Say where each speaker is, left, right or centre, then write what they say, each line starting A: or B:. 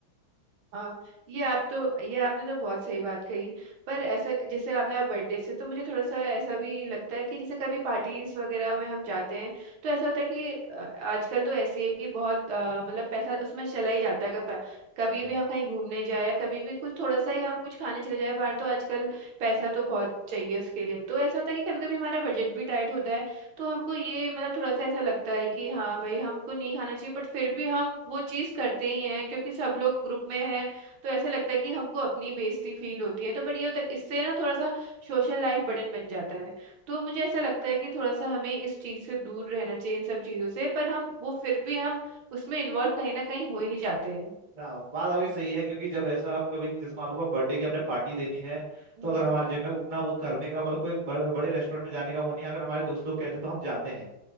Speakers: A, on the right (about 75°); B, on the right (about 25°).
A: हाँ ये आप तो ये आपने तो बहुत सही बात कही पर ऐसा कि- जैसे आपने आप बर्थडे से तो मुझे थोड़ा सा ऐसा भी लगता है कि जैसे कभी पार्टीज वगैरह में हम जाते हैं तो ऐसा होता है कि अ, आजकल तो ऐसी है कि बहुत अ, मतलब पैसा उसमें चला ही जाता है अगर पै- कभी
B: हाँ
A: भी हम कहीं घूमने जाए कभी भी कुछ थोड़ा सा ही हम कुछ खाने चले जाए बाहर तो आजकल पैसा तो बहुत चाहिए उसके लिए तो ऐसा होता है कि कभी कभी हमारा बजट भी टाइट होता है तो हमको ये मतलब थोड़ा सा ऐसा लगता है कि हाँ भाई हमको नहीं खाना चाहिए बट फिर भी हम वो चीज़ करते ही हैं क्योंकि सब लोग ग्रुप में हैं तो ऐसा लगता है कि हमको अपनी बेइज्जती फील होती है तो बट ये होता है इससे ना थोड़ा सा सोशल लाइफ बर्डन बन जाता है तो मुझे ऐसा लगता है कि थोड़ा सा हमें इस चीज़ से दूर रहना चाहिए इन सब चीज़ों से पर हम वो फिर भी हम उसमें इन्वॉल्व कहीं ना कहीं हो ही जाते हैं
B: हाँ, बात आपकी सही है क्योंकि जब ऐसा आप कभी जैसे मान लो बर्थडे की हमने पार्टी देनी है
A: हम्म
B: तो अगर हमारे जिम में उतना वो करने का मतलब कोई ब- बड़े रेस्टोरेंट में जाने का वो नहीं है अगर हमारे दोस्त लोग कहते तो हम जाते हैं